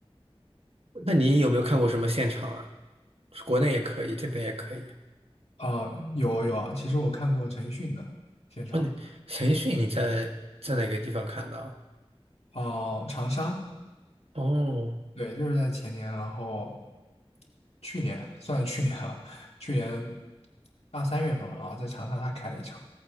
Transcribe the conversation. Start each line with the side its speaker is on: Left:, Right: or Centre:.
Right: 那你有没有看过什么现场啊？国内也可以，这边也可以。
Left: 哦、有啊有啊，其实我看过陈奕迅的现场，
Right: 问你陈奕迅你在在哪个地方看到？
Left: 哦、长沙
Right: 哦，
Left: 对，就是在前年，然后去年算是去年了，去年二三月份吧，然后在长沙他开了一场，